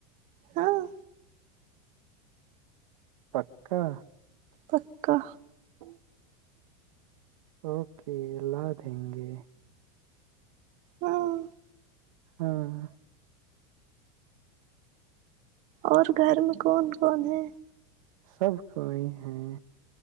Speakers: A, on the right; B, on the right.
A: ہاں
B: پکا
A: پکا
B: <inaudible> اوکے ال لاد ہ گے
A: ہاں
B: ہاں
A: اور گھر میں کون کون ہے
B: سب کوئی ہیں